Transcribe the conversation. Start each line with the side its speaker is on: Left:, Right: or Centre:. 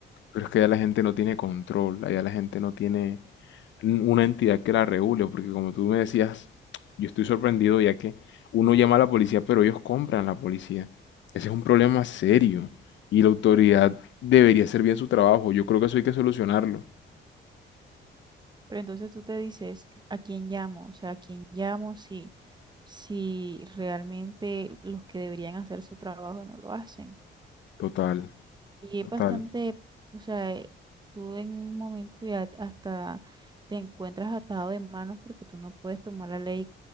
Left: pero es que ya la gente no tiene control, ya la gente no tiene n- una entidad que la regule, porque como tú me decías, yo estoy sorprendido ya que uno llama a la policía, pero ellos compran la policía. Ese es un problema serio y la autoridad debería hacer bien su trabajo. Yo creo que eso hay que solucionarlo.
Right: Pero entonces tú te dices, ¿a quién llamo? O sea, ¿a quién llamo si, si realmente los que deberían hacer su trabajo no lo hacen?
Left: Total,
Right: Y es
Left: total,
Right: bastante, o sea, eh, tú en un momento ya hasta te encuentras atado de manos porque tú no puedes tomar la ley